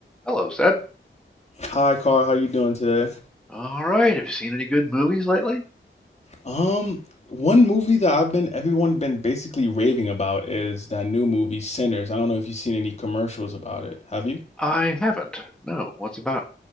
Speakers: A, in the centre; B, on the left (about 35°).
A: Hello, Seb.
B: Hi, Carl. How you doing today?
A: All right. Have you seen any good movies lately?
B: Um, one movie that I've been everyone been basically raving about is that new movie Sinners. I don't know if you've seen any commercials about it. Have you?
A: I haven't. No. What's about?